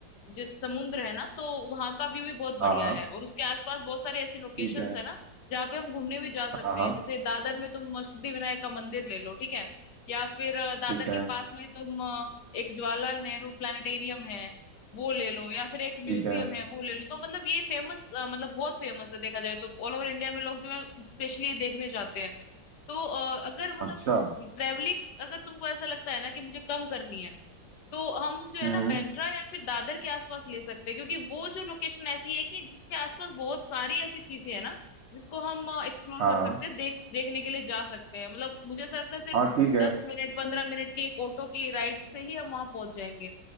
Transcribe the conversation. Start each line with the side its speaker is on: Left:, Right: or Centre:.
Left: जैसे समुद्र है ना तो वहां का व्यू भी बहुत बढ़िया
Right: हाँ हाँ
Left: है और उसके आसपास बहुत सारे ऐसी लोकेशंस
Right: ठीक है
Left: है ना जहाँ पे हम घूमने भी जा सकते
Right: हाँ हाँ
Left: हैं जैसे दादर में तुम सिद्धि विनायक का मंदिर ले लो ठीक है या फिर अ, दादर
Right: ठीक
Left: के
Right: है
Left: पास में तुम अ, एक जवाहरलाल नेहरू प्लानिटेरियम है वो ले लो या फिर एक म्यूजियम
Right: ठीक है
Left: है वो ले लो तो मतलब ये फेमस मतलब बहुत फेमस है देखा जाए तो ऑल ओवर इंडिया में लोग जो है स्पेशली ये देखने जाते हैं तो अ, अगर मतलब
Right: अच्छा
Left: ट्रेवलिंग अगर तुमको ऐसा लगता है ना कि मुझे कम करनी है तो हम जो है
Right: हम्म
Left: ना बांद्रा या फिर दादर के आसपास ले सकते हैं क्योंकि वो जो लोकेशन ऐसी है कि जिसके आसपास बहुत सारी ऐसी चीजें हैं ना जिसको हम एक्सप्लोर
Right: हाँ
Left: कर
Right: हाँ
Left: सकते हैं देख देखने के लिए जा सकते हैं मतलब मुझे ऐसा लगता है सिर्फ
Right: हाँ ठीक है
Left: दस मिनट पंद्रह मिनट की एक ऑटो की राइड से ही हम वहां पहुंच जाएंगे